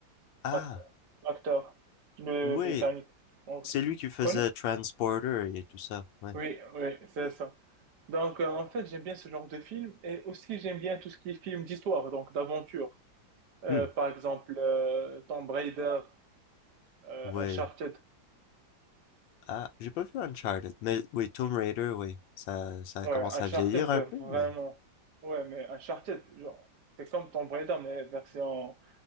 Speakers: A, on the left (about 80°); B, on the right (about 65°).
A: Ah,
B: L'acteur, l'acteur, le
A: oui,
B: Britannique. En vrai.
A: C'est lui qui faisait
B: Tu connais?
A: Transporter et tout ça, ouais.
B: Oui, oui, c'est ça. Donc, euh, en fait, j'aime bien ce genre de film et aussi j'aime bien tout ce qui est film d'histoire, donc d'aventure. Euh,
A: Hmm.
B: par exemple, euh, Tomb Raider, euh,
A: Ouais.
B: Uncharted.
A: Ah, j'ai pas vu Uncharted, mais oui, Tomb Raider, oui. Ça, ça
B: Ouais,
A: commence
B: Uncharted,
A: à vieillir
B: c'est
A: un peu,
B: vraiment...
A: mais...
B: Ouais, mais Uncharted, genre, c'est comme Tomb Raider, mais version